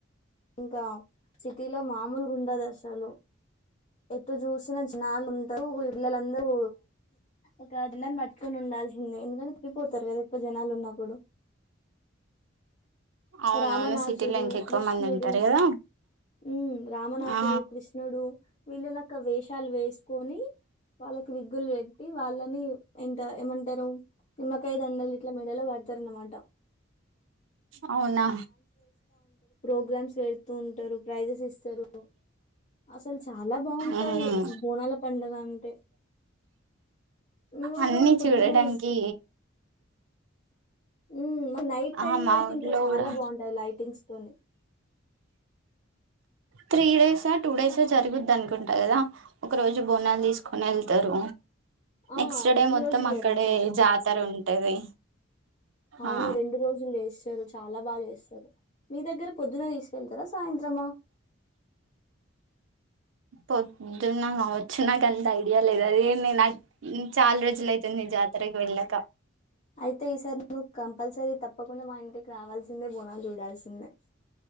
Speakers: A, on the left; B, on the right.
A: ఇంకా సిటీలో మామూలు గుండ దశలు ఎటు చూసినా జనాలు ఉంటవు ఇళ్లలందరూ ఒక దిడాని పట్టుకొని ఉండాల్సిందే ఎందుకంటే తప్పిపోతారు కదా ఎక్కువ జనాలు ఉన్నప్పుడు
B: అవునవును
A: రామనాసుడు
B: సిటీలో ఇంక ఎక్కువ
A: కృష్ణ కృష్ణుడు
B: మంది ఉంటారు కదా
A: మ్మ్ రామనాసుడు
B: ఆ
A: కృష్ణుడు వీళ్ళ లేక్క వేషాలు వేసుకొని వాళ్ళకి విగ్గులు పెట్టి వాళ్ళని ఇంక ఏమంటరు పిల్ల కా దండలు ఇట్లా మేడలో వ తరణమాట
B: అవునా
A: ప్ర్రామ్స్ పెతూ ఉంటారు ప్రైజెస్ ఇస్తారు అసలు చాలా బాగుంటంది
B: ఉమ్
A: బోనాల పడుగ అంటే మీ ఊర్లో
B: అన్ని
A: కూడా పొద్దునే
B: చూడడానికి
A: తీసుకు ఉ మ నైట్ టైమ్
B: ఆ
A: లో
B: మా
A: అయితే
B: ఊర్లో
A: ఇంకా చాలా
B: కూడా
A: బాగుంటాది లైటింగ్స్ తోని
B: త్రీ డేసా టూ డేసా జరుగుద్దనుకుంటా కదా ఒక రోజు బోనాలు తీసుకోని ఎళ్తారు
A: ఆ
B: నెక్స్ట్
A: రెండు
B: డే మొత్తం
A: రోజులు
B: అక్కడ
A: జరుగుతది
B: జాతర ఉంటది
A: అవును
B: ఆ
A: రెండు రోజులు జెస్తారు చాలా బాగా చేస్తారు మీ దగ్గర పొద్దున తీసుకెళ్తారా సాయంత్రమా
B: పొద్దున్న కావచ్చు నాక అంత ఐడియా లేదు అదే నేను చాలా రోజులైతాంది జాతరకి వెళ్లక
A: అయితే ఈసార్ను కంపల్సరి తప్ప తప్పకుండా మా ఇంటికి రావాల్సిందే బోనాల్ చూడాల్సిందే